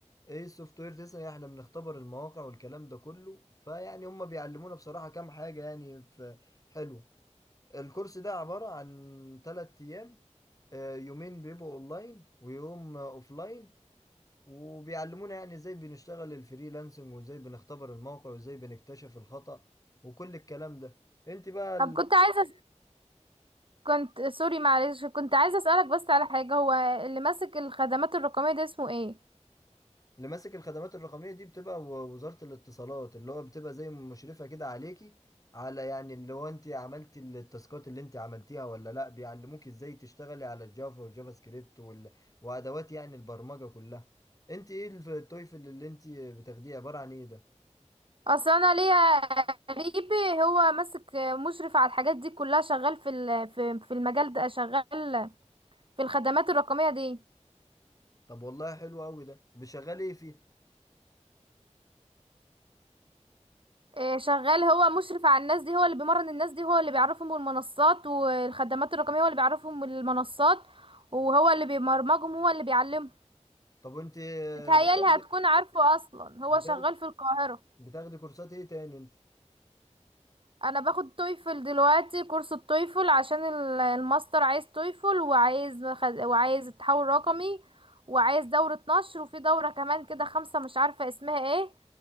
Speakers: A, on the left (about 30°); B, on the right (about 45°).
A: ايه السوفت وير تسعة احنا بنختبر المواقع والكلام ده كله فيعني هم بيعلمونا بصراحة كام حاجة يعني ف- حلوة الكورس ده عبارة عن تلات ايام آه، يومين بيبقوا اونلاين ويوم آه، اوفلاين وبيعلمونا يعني ازاي بنشتغل الفريلانسنج وازاي بنختبر الموقع وازاي بنكتشف الخطأ وكل الكلام ده انت بقى
B: طب كنت عايزة أس- كنت سوري معلش كنت عايزة أسألك بس على حاجة هو اللي ماسك الخدمات الرقمية ده اسمه إيه؟
A: اللي ماسك الخدمات الرقمية دي بتبقى و- وزارة الاتصالات اللي هو بتبقى زي مشرفة كده عليكي على يعني اللي هو انت عملتي التاسكات اللي انت عملتيها ولا لا بيعلموك ازاي تشتغلي على الجافا والجافا سكريبت وال... وادوات يعني البرمجة كلها انت ايه الف- التويفل اللي انت بتاخديه عبارة عن ايه ده
B: اصل انا ليا قريبي هو ماسك مشرف على الحاجات دي كلها شغال في ال- في في المجال ده شغال في الخدمات الرقميه دي
A: طب والله حلو قوي ده بشغالي ايه فيه
B: إيه، شغال هو مشرف على الناس دي هو اللي بيمرن الناس دي هو اللي بيعرفهم المنصات والخدمات الرقميه هو اللي بيعرفهم المنصات وهو اللي بيبرمجهم هو اللي بيعلمهم
A: طب انت
B: بتهيالي
A: بتاخدي
B: هتكون عارفه اصلا
A: بتاخدي
B: هو شغال في القاهره
A: بتاخدي كورسات ايه تاني انت
B: انا باخد تويفل دلوقتي كورس التويفل عشان ال- الماستر عايز تويفل وعايز مخ- وعايز التحول الرقمي وعايز دورة نشر وفي دورة كمان كده خمسة مش عارفة اسمها ايه